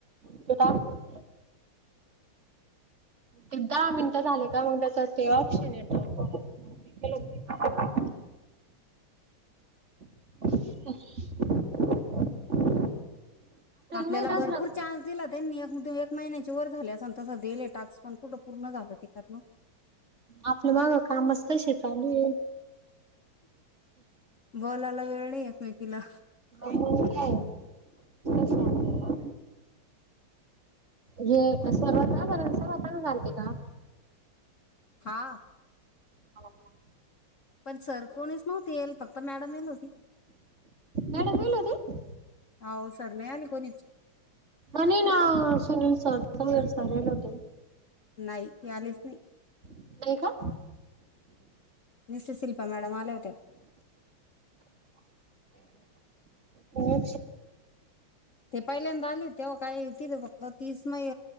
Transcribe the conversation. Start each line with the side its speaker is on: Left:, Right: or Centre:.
Right: किताब ते दहा मिनिटं झाले का मग त्याच ते ऑप्शन येत केला होत <unintelligible>
Left: आपल्याला
Right: माहित असणार
Left: भरपूर चा्स दिला त्यांनी एक महिन्याची वर झाली अस तसं दिले टास्क पण कुठं पूर्ण झालं त करण
Right: आपलं माग कामच तशी चालू आहे
Left: बोलायला वेळ नाही एकमेकीला
Right: हो काय पा हे सर्वत ब सर्वतां घचालते का
Left: हा
Right: न का
Left: पण सर कोणीच नव्हती येल फक्त मॅडम येल होती
Right: मॅडम येल होती
Left: हो सर नाही आली कोणीच
Right: आणि ना सुनील सर सर सर हेल होते
Left: नाही यालीच नाही
Right: नाही का
Left: निस् शिल्पा मॅडम आले होते्या
Right: वे
Left: ते पहिल्यांदा आले तेव्हा काही तिथे फक्त तीस महि